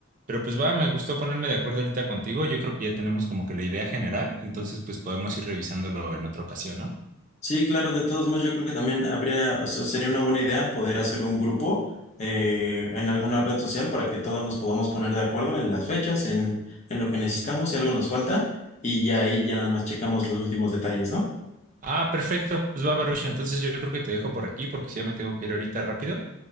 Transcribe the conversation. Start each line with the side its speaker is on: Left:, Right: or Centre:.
Right: Pero pues va, me gustó ponerme de acuerdo ahorita contigo. Yo creo que ya tenemos como que la idea general. Entonces pues podemos ir revisándolo en otra ocasión, ¿no?
Left: Sí, claro, de todos modos, yo creo que también habría, o sea, sería una buena idea poder hacer un grupo eh, en alguna red social para que todos nos podamos poner de acuerdo en las fechas, en, en lo que necesitamos, si algo nos falta, y ya ahí ya nada más checamos los últimos detalles, ¿no?
Right: Ah, perfecto. Pues va, Baruch. Entonces yo creo que te dejo por aquí porque sí, ya me tengo que ir ahorita rápido.